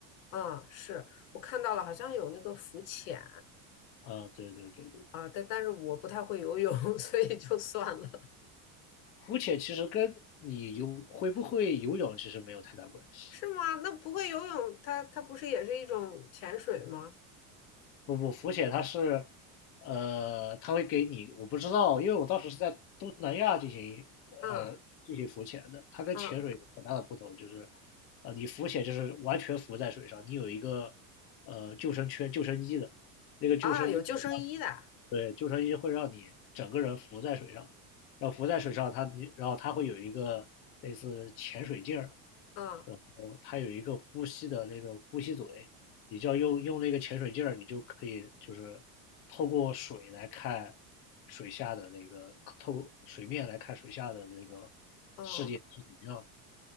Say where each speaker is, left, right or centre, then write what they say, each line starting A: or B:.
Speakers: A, on the left; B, on the left.
A: 嗯，是我看到了，好像有那个浮潜
B: 啊，对对对对对，
A: 啊，但但是我不太会游泳，<laughs> 所以就算了。
B: 浮潜其实跟你游会不会游泳其实没有太大关系。
A: 是吗？那不会游泳，它它不是也是一种潜水吗？
B: 不不，浮潜它是，呃，它会给你，我不知道，因为我当时是在东南亚进行呃进行浮潜的，
A: 嗯
B: 它跟潜水有很大的不同，
A: 嗯
B: 就是，呃，你浮潜就是完全浮在水上，你有一个呃救生圈、救生衣的，那个救生衣
A: 啊，有救生衣的。
B: 对，救生衣会让你整个人浮在水上，然后浮在水上它，然后它会有一个类似潜水镜儿，
A: 嗯
B: 然后它有一个呼吸的那个呼吸嘴，你就要用用那个潜水镜儿，你就可以就是透过水来看水下的那个，透过水面来看水下的那个
A: 嗯
B: 世界是怎么样的，